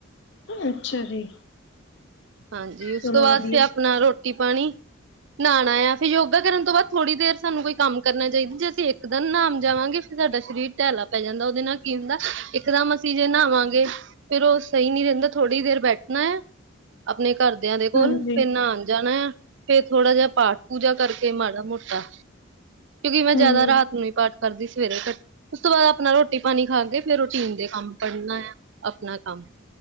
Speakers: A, on the left; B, on the right.
A: ਅੱਛਾ ਜੀ
B: ਹਾਂਜੀ, ਉਸ
A: ਚਲੋ
B: ਤੋਂ ਬਾਅਦ
A: ਵਧੀਆ
B: ਫਿਰ ਅਪਨਾ, ਰੋਟੀ ਪਾਣੀ ਨਹਾਣਾ ਆ ਫਿਰ, ਯੋਗਾ ਕਰਨ ਤੋਂ ਬਾਅਦ, ਥੋੜੀ ਦੇਰ ਸਾਨੂੰ ਕੋਈ ਕੰਮ ਕਰਨਾ ਚਾਹੀਦਾ। ਜੇ ਅਸੀਂ ਇੱਕ ਦਿਨ ਨਾਨ ਜਾਵਾਂਗੇ ਸਾਡਾ ਸ਼ਰੀਰ ਢੈਲਾ ਪੈ ਜਾਂਦਾ, ਉਹਦੇ ਨਾਲ ਕੀ ਹੁੰਦਾ, ਇੱਕ ਦਮ ਅਸੀਂ ਜੇ ਨਾਵਾਂਗੇ ਫੇਰ ਉਹ ਸਹੀ ਨੀ ਰਹਿੰਦਾ, ਥੋੜ੍ਹੀ ਦੇਰ ਬੈਠਨਾ ਏ ਅਪਨੇ ਘਰਦਿਆਂ ਦੇ ਕੋਲ,
A: ਹਾਂਜੀ
B: ਫਿਰ ਨਾਨ ਜਾਨਾ ਆ ਫੇਰ ਥੋੜਾ ਜਿਹਾ, ਪਾਠ ਪੂਜਾ ਕਰਕੇ ਮਾੜਾ ਮੋਟਾ, ਕਿਉਂਕਿ, ਮੈਂ
A: ਹੂੰ।
B: ਜਿਆਦਾ ਰਾਤ ਨੂੰ, ਹੀ ਪਾਠ ਕਰਦੀ ਸਵੇਰੇ ਫਿਰ, ਉਸ ਤੋਂ ਬਾਅਦ ਅਪਨਾ ਰੋਟੀ ਪਾਨੀ ਖਾ ਕੇ, ਫੇਰ ਰੋਟੀਨ ਦੇ ਕੰਮ ਕਰਨਾ ਆ ਅਪਨਾ ਕੰਮ